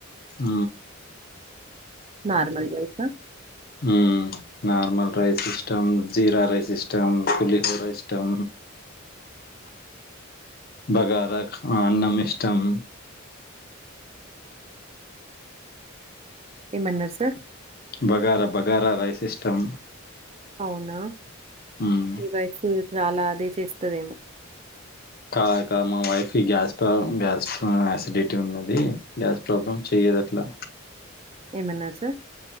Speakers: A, on the left; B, on the right.
A: ఆ
B: నార్మల్ రైస్ ఆ
A: హ్మ్ నార్మల్ రైస్ ఇష్టం జీరా రైస్ ఇష్టం పులిహోరా ఇష్టం
B: <inaudible>
A: బగార అన్నం ఇష్టం
B: ఏమన్నారు సార్
A: బగారా బగారా రైస్ ఇష్టం
B: అవునా
A: మ్మ్.
B: మీ వైఫ్ చాలా అదే చేస్తదేమో
A: కాద్ కాద్ మా వైఫ్ కి గ్యాస్ ప్ర గ్యాస్ ఆసిడిటీ ఉన్నది గ్యాస్ ప్రాబ్లమ్ చేయదు చేయదు అట్లా
B: ఏమన్నారు సార్